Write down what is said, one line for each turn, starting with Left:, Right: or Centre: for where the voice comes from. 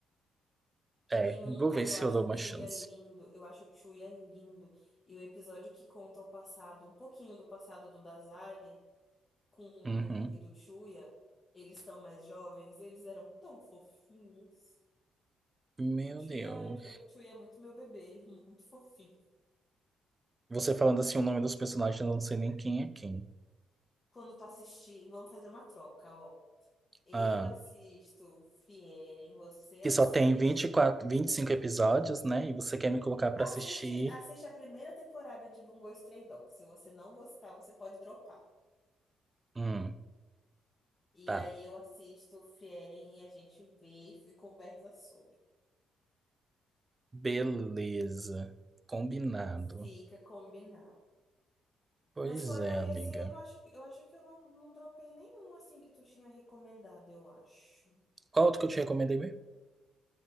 Right: É,
Left: Tem um.
Right: vou
Left: Ai,
Right: ver se
Left: eu acho
Right: eu dou
Left: o
Right: uma
Left: Chuya
Right: chance.
Left: lindo, eu acho o Chuya lindo. E o episódio que conta o passado, um pouquinho do passado do Dazai com o
Right: Uhum.
Left: e do Chuya, eles estão mais jovens, eles eram tão fofinhos.
Right: Meu
Left: O Chuya,
Right: Deus.
Left: ai, o Chuya é muito meu bebê, ele é muito fofinho
Right: Você falando assim o nome dos personagens, eu não sei nem quem é quem.
Left: quando tu assistir, vamos fazer uma troca, ó. Eu
Right: Ah,
Left: assisto Frieren, você
Right: que
Left: assiste.
Right: só tem vinte vinte quatro vinte e cinco episódios, né? E você quer me colocar pra
Left: Assiste,
Right: assistir.
Left: assiste a primeira temporada de Bungo Stray Dogs. Se você não gostar, você pode dropar.
Right: Hum,
Left: E
Right: tá.
Left: aí eu assisto Frieren e a gente vê e conversa sobre.
Right: Beleza. Combinado.
Left: Fica combinado.
Right: Pois
Left: Mas fora
Right: é,
Left: esse,
Right: amiga.
Left: eu não acho, eu acho que eu não, não dropei nenhum assim que tu tinha recomendado, eu acho.
Right: Qual outro que eu te recomendei mesmo?